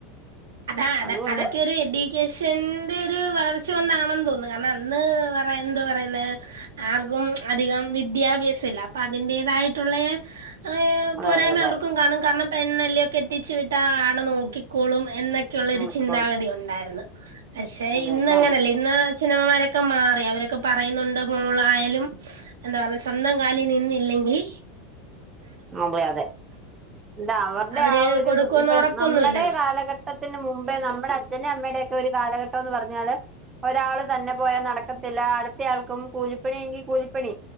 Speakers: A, on the right; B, on the right.
A: അതാ അത്
B: അതുകൊണ്ട്
A: അതൊക്കെ ഒരെടി ക്കേഷന്റെ ഒര് വളർച്ചകൊണ്ടാണെന്ന് തോന്നുന്നു കാരണംഅന്ന് പറയാഎന്തോ പറയുന്നേ ആർക്കും അധികം വിദ്യാഭ്യാസംഇല്ല അപ്പൊ അതിന്റേതായിട്ടുള്ളെ ഹയെ
B: അതെ
A: പോരായ്മ
B: അതെ അതെ
A: അവർക്കും കാണും കാരണം പെണ്ണെല്ലെയോ കെട്ടിച്ച് വിട്ടാ ആണ് നോക്കിക്കോളും എന്നൊക്കെയുള്ളൊരു
B: നോക്കിക്കോളും
A: ചിന്താഗതി ഉണ്ടായിരുന്നു. പക്ഷെ
B: അത്
A: ഇന്നങ്ങനല്ല
B: തന്നെ
A: ഇന്ന് അച്ഛനമ്മമാരൊക്കെമാറി അവരൊക്കെ പറയുന്നുണ്ട് മോളായാലും എന്താ പറയസ്വന്തംകാലി നിന്നില്ലെങ്കി
B: അതെ, അതെ ഇതവരുടെ
A: അവര്
B: ആഒരു
A: കൊടുക്കുമെന്ന്
B: ഇപ്പൊ
A: ഉറപ്പൊന്നും
B: നമ്മടെകാലഘട്
A: ഇല്ലല്ലോ
B: ഘട്ടത്തിന് മുമ്പേ നമ്മടെ അച്ഛന്റെ അമ്മെടെക്കെ ഒര്കാലഘട്ടോന്ന് പറഞ്ഞാല് ഒരാള്തന്നെ പോയാനടക്കത്തില്ല അടുത്തയാൾക്കും കൂലിപ്പണിയെങ്കി കൂലിപ്പണി